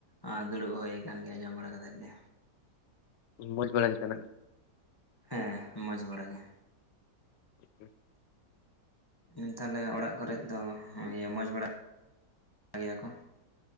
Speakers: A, on the left; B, on the left.
A: ᱟᱸ ᱫᱩᱲᱩᱵ ᱦᱩᱭ ᱠᱟᱱ ᱜᱮᱭᱟ ᱡᱚᱢ ᱵᱟᱲᱟ ᱠᱟᱛᱮᱫ ᱜᱮ᱾
B: ᱢᱚᱡᱽ ᱵᱟᱲᱟ ᱜᱮ ᱛᱟᱱᱮ?
A: ᱦᱮᱸ, ᱢᱚᱸᱡᱽ ᱵᱟᱲᱟ ᱜᱮ᱾
B: ᱠᱮᱯᱮ
A: ᱦᱩᱸ, ᱛᱟᱞᱮ ᱚᱲᱟᱜ ᱠᱚᱨᱮᱜ ᱦᱟᱸ ᱭᱟᱹ ᱢᱚᱡᱽ ᱵᱟᱲᱟ ᱜᱮᱭᱟ ᱠᱚᱸᱦ?